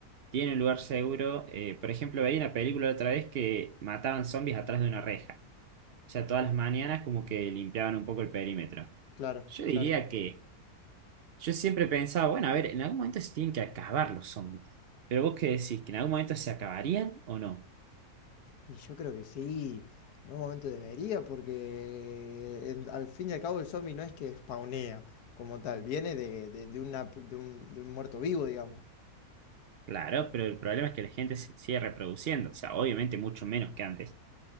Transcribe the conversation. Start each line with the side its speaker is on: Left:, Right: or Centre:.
Right: tiene un lugar seguro. eh, por ejemplo, veía una película otra vez que mataban zombies atrás de una reja. O sea, todas las mañanas como que limpiaban un poco el perímetro.
Left: claro,
Right: Yo diría
Left: claro.
Right: que yo siempre pensaba, bueno, a ver, en algún momento se tienen que acabar los zombies. Pero vos qué decís, que en algún momento se acabarían o no.
Left: Y yo creo que sí, en algún momento debería, porque en- al fin y al cabo el zombie no es que spawnea como tal, viene de, de, de una, de un, de un muerto vivo, digamos.
Right: Claro, pero el problema es que la gente se sigue reproduciendo. O sea, obviamente mucho menos que antes,